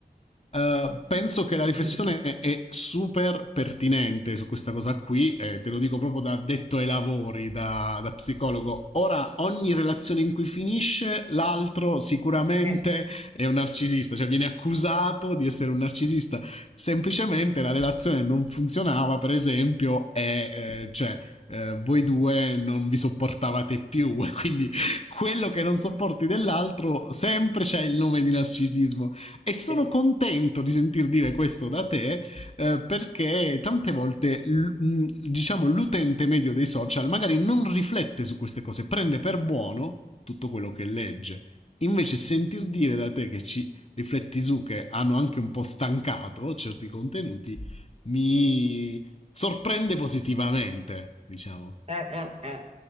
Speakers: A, on the left; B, on the right.
A: Uh, penso che la riflessione
B: Mm.
A: è super pertinente su questa cosa qui, eh, te lo dico proprio da detto ai lavori, da, da, psicologo. Ora, ogni relazione in cui finisce, l'altro sicuramente
B: Eh,
A: è un narcisista, cioè viene accusato di essere un narcisista. Semplicemente la relazione non funzionava, per esempio, e eh, cioè. Eh, voi due non vi sopportavate più <laughs> e quindi quello che non sopporti dell'altro sempre c'è il nome di narcisismo e sono
B: eh.
A: contento di sentir dire questo da te eh, perché tante volte l- mh, diciamo l'utente medio dei social magari non riflette su queste cose, prende per buono tutto quello che legge. Invece sentir dire da te che ci rifletti su che hanno anche un po' stancato certi contenuti mi sorprende positivamente, diciamo.
B: Eh, eh, eh.